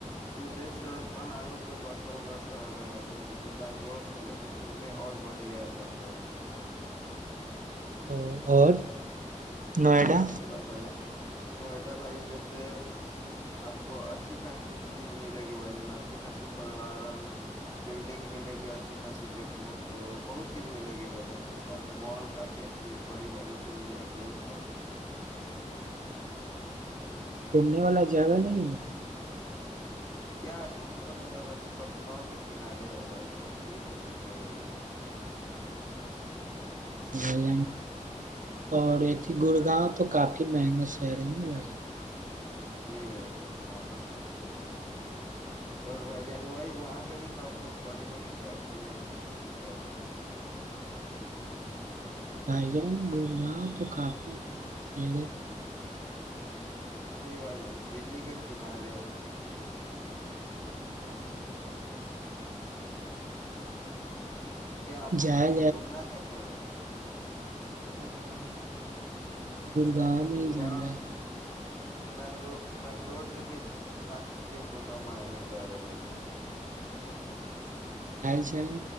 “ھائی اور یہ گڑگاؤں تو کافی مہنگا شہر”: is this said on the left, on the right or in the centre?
Right